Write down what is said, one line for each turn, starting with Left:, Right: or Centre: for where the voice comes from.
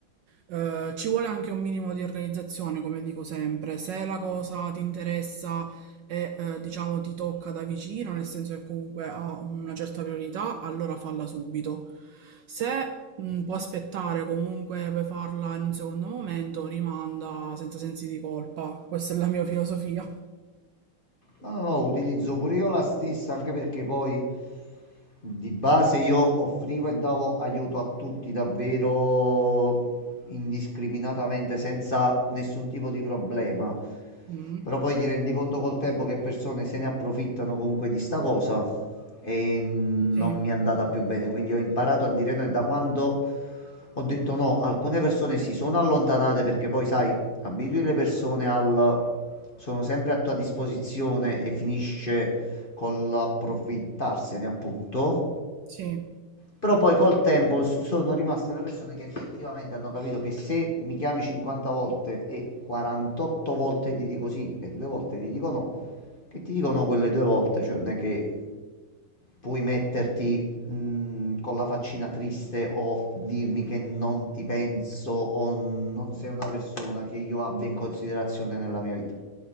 Right: eh, ci vuole anche un minimo di organizzazione, come dico sempre, se la cosa ti interessa e eh, diciamo ti tocca da vicino, nel senso che comunque ha una certa priorità, allora falla subito. Se mh, può aspettare, comunque puoi farla in un secondo momento, rimanda senza sensi di colpa. Questa è la mia filosofia.
Left: No, no, utilizzo pure io la stessa, anche perché poi di base io offrivo e davo aiuto a tutti davvero indiscriminatamente, senza nessun tipo di problema.
Right: Mm.
Left: Però poi ti rendi conto col tempo che persone se ne approfittano comunque di sta cosa e non
Right: Sì,
Left: mi è andata più bene, quindi ho imparato a dire no e da quando ho detto no, alcune persone si sono allontanate perché poi sai, abitui le persone al sono sempre a tua disposizione e finisce col approfittarsene, appunto.
Right: sì.
Left: Però poi col tempo s- sono rimaste le persone che effettivamente hanno capito che se mi chiami 50 volte e 48 volte ti dico sì e due volte ti dico no, che ti dicono quelle due volte, cioè non è che puoi metterti Mhmm, con la faccina triste o dirmi che non ti penso o non sei una persona che io abbia in considerazione nella mia vita.